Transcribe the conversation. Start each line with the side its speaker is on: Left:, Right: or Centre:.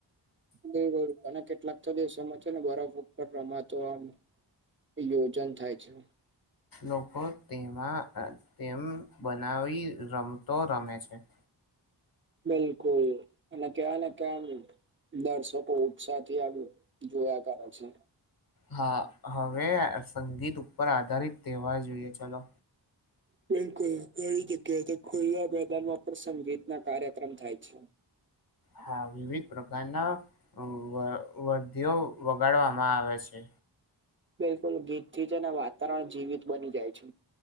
Right: બિલકુલ અને કેટલાક તો દેશોમાં છે ને બરફ ઉપર રમાતો આમ યોજન થાય છે.
Left: લોકો તેમાં તેમ બનાવી રમતો રમે છે.
Right: બિલકુલ અને કહેવાના કે આમ દર્શકો ઉત્સાહ થી આમ જોવાતા હોય છે.
Left: હા હવે સંગીત ઉપર આધારિત તહેવાર જોઈએ ચલો.
Right: બિલકુલ ઘ જગ્યા ખુલ્લા મેદાનમાં પણ સંગીત ના કાર્યક્રમ થાય છે.
Left: હા વિવિધ પ્રકારના વ વર્ધિઓ વગાડવામાં આવે છે.
Right: બિલકુલ ગીત થી જ અને વાતાવરણ જીવિત બની જાય છે.